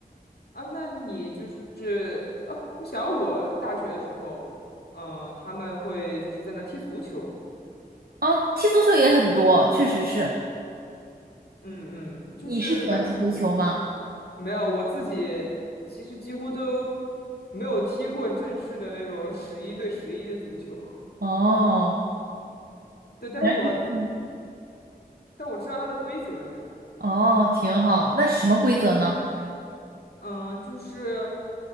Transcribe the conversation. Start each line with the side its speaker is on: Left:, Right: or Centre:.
Left: 啊，那你就是啊，我想要我大学的时候，嗯，他们会就是在那踢足球。
Right: 哦，踢足球也很多，确实是。
Left: 嗯嗯，就是感，
Right: 你是喜欢踢足球吗？
Left: 没有，我自己其实几乎都没有踢过正式的那种十一对十一的足球，
Right: 哦，
Left: <laughs> 对，但是我
Right: 嗯，
Left: 但我知道它的规则，这样，
Right: 哦，挺好。那什么规则呢？
Left: 嗯，就是